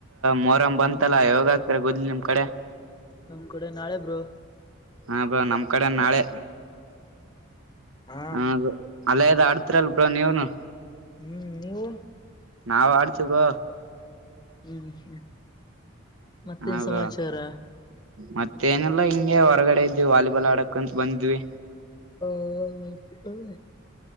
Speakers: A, on the right (about 80°); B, on the left (about 20°).
A: ಮೋರಮ್ಮ್ ಬಂತಲ್ಲಾ ಯಾವಾಗ ಹಾಕ್ತಾರೆ ಗುದ್ಲಿ ನಿಮ್ ಕಡೆ.
B: ನಮ್ ಕಡೆ ನಾಳೆ ಬ್ರೋ.
A: ಹ ಬ್ರೋ ನಮ್ ಕಡೆ ನಾಳೆ
B: ಹಾ
A: ಹ. ಅಲ್ಲೇ ಇದು ಆಡ್ತಿರಲ್ ಬ್ರೋ ನೀವ್ನು
B: ಹ್ಮ್ ನೀವು
A: ನಾವ್ ಆಡ್ತೀ ಬ್ರೋ.
B: ಹ್ಮ್ ಹ್ಮ್ ಮತ್ತೇನ್
A: ಹಾ, ಬ್ರೋ
B: ಸಮಾಚಾರ
A: ಮತ್ತೇನಿಲ್ಲಾ ಹಿಂಗೆ ಹೊರಗಡೆ ಇದ್ವಿ ವಾಲಿಬಾಲ್ ಆಡಕ್ಂತತ್ ಬಂದ್ವಿ.
B: ಹ <inaudible>